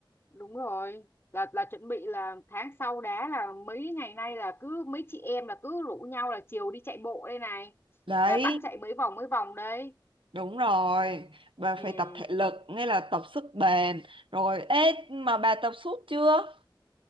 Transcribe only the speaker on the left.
đúng rồi là là chuẩn bị là tháng sau đá là mấy ngày nay là cứ mấy chị em là cứ rủ nhau là chiều đi chạy bộ đây này
là bắt chạy mấy vòng mấy vòng đấy
ừ